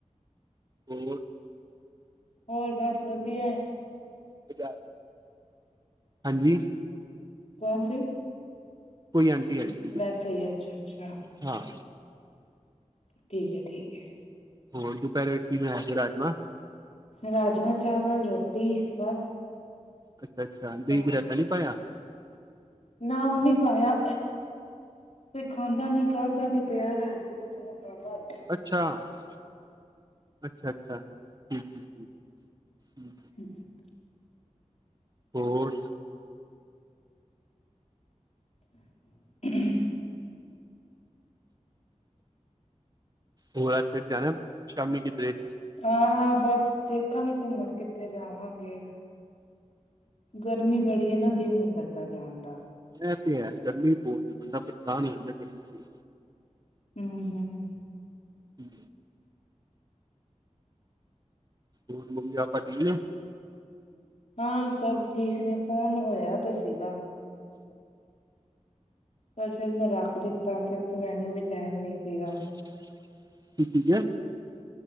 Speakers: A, on the right; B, on the left.
A: ਹੋਰ?
B: ਹੋਰ ਬਸ ਵਧੀਆ ਹੈ।
A: ਬਜ਼ਾਰ ਹਾਂਜੀ।
B: ਕੌਣ ਸੀ?
A: ਕੋਈ ਆਂਟੀ ਆਈ। ਸੀਗੀ
B: ਵੈਸੇ ਵੀ ਅੱਛਾ-ਅੱਛਾ।
A: ਹਾਂ।
B: ਠੀਕ ਐ ਠੀਕ ਐ
A: ਹੋਰ ਦੁਪਹਿਰੇ ਕੀ ਬਣਾਇਆ ਸੀ ਰਾਜਮਾ?
B: ਰਾਜਮਾ-ਚਾਵਲ ਰੋਟੀ ਬਸ।
A: ਅੱਛਾ-ਅੱਛਾ ਦਹੀ
B: ਤਾਂ
A: ਚ ਰੈਤਾ ਨੀ ਪਾਇਆ?
B: ਨਾ ਉਨੇ ਪਾਇਆ। ਫਿਰ ਖਾਂਦਾ ਨੀ ਕੱਲ ਦਾ ਵੀ ਪਿਆ ਰੈਜੇ ਕਿਸੇ ਨੇ ਖਾਂਦਾ ਨੀ।
A: ਅੱਛਾ-ਅੱਛਾ-ਅੱਛਾ। <unintelligible>
B: <inaudible>
A: ਹੋਰ?
B: <unintelligible>
A: ਹੋਰ ਅੱਜ ਫਿਰ ਜਾਣਾ ਸ਼ਾਮੀ ਕਿਤੇ?
B: ਹਾਂ ਬਸ ਦੇਖਾਂਗੀ ਘੁੰਮਣ ਕਿੱਥੇ ਜਾਵਾਂਗੇ? ਗਰਮੀ ਬੜੀ ਐ ਨਾ ਦਿਲ ਨੀ ਕਰਦਾ ਜਾਣ ਦਾ।
A: ਐ ਤੇ ਹੈ ਗਰਮੀ ਬਹੁਤ ਬੰਦਾ ਪਰੇਸ਼ਾਨ ਹੋ ਜਾਂਦਾ ਗਰਮੀ ਬ
B: ਹੂ-ਹੂ,,,
A: ਹੂ,,, ਹੋਰ ਮੰਮੀ-ਪਾਪਾ ਠੀਕ ਨੇ?
B: ਹਾਂ ਸਭ ਠੀਕ ਨੇ ਫੋਨ ਹੋਇਆ ਤੇ ਸੀਗਾ। ਪਰ ਫਿਰ ਮੈਂ ਰੱਖ ਦਿੱਤਾ ਕਿਉਂਕਿ ਮੈਨੂੰ ਵੀ ਟੈਮ ਨੀ ਸੀਗਾ।
A: ਤੂੰ ਠੀਕ ਹੈ?